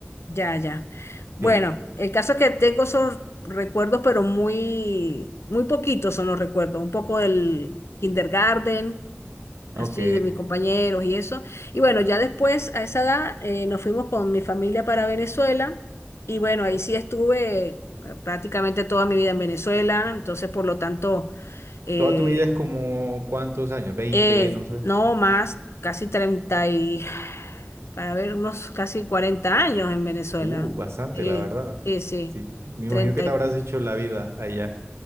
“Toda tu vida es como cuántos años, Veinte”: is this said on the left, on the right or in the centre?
Right